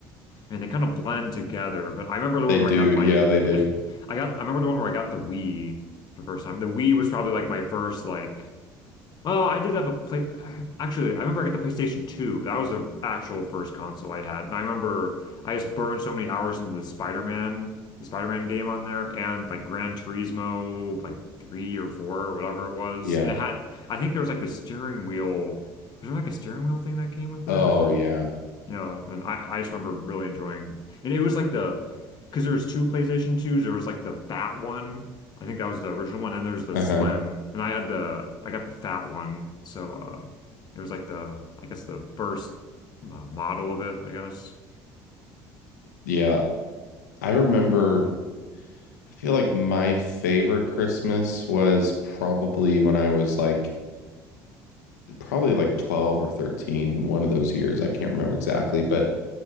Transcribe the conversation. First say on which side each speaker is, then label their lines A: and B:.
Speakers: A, on the left; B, on the left.
A: and they kind of blend together. But I remember the
B: they
A: one
B: do.
A: where I got my
B: Yeah, they
A: <laughs>
B: do.
A: I, I got I remember the one where I got the Wii for the first time. The Wii was probably like my first like Oh, I did have a play. Actually, I remember I got the PlayStation 2. That was the actual first console I had. And I remember I just burned so many hours into the Spider-Man, the Spider-Man game on there and like Gran Turismo, like three or four, or whatever it was.
B: Yeah.
A: And it had, I think there was like the steering wheel. Was there like a steering wheel thing that came with
B: Oh,
A: it? Or
B: yeah.
A: yeah, and I, I just remember really enjoying, and it was like the, because there was two PlayStation 2s. There was like the fat one. I think that was the original one, and there's the
B: Uh-huh.
A: slim. And I had the, I got the fat one. So uh, it was like the, I guess the first uh, model of it, I guess.
B: Yeah. I remember I feel like my favorite Christmas was probably when I was like probably like 12 or 13, one of those years. I can't remember exactly, but